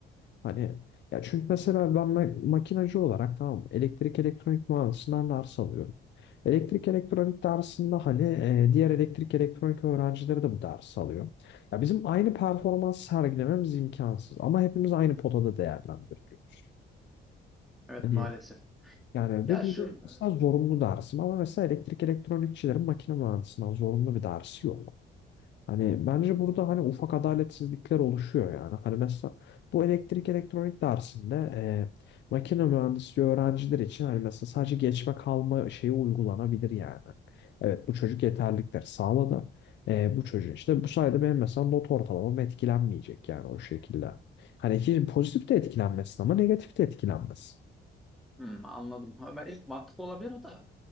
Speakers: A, on the left; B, in the centre.
A: Hani ya çünkü mesela ben ma- makinacı olarak tamam mı, elektrik elektronik mühendisinden ders alıyorum. Elektrik elektronik dersinde hani e, diğer elektrik elektronik öğrencileri de bu ders alıyor. Ya bizim aynı performans sergilememiz imkansız ama hepimiz aynı potada değerlendiriliyoruz.
B: Evet
A: Hani
B: maalesef.
A: yani
B: Ya
A: ve bu
B: şu
A: benim aslında zorunlu dersim ama mesela elektrik elektronikçilerin makine mühendisinden zorunlu bir dersi yok. Hani bence burada hani ufak adaletsizlikler oluşuyor yani. Hani mesela bu elektrik elektronik dersinde e, makine mühendisliği öğrenciler için hani mesela sadece geçme kalma şeyi uygulanabilir yani. Evet bu çocuk yeterlilikleri sağladı. E, bu çocuğun işte bu sayede benim mesela not ortalamam etkilenmeyecek yani o şekilde. Hani hiç pozitif de etkilenmesin ama negatif de etkilenmesin.
B: Hmm, anladım. Ha, ben ilk mantıklı olabilir o da.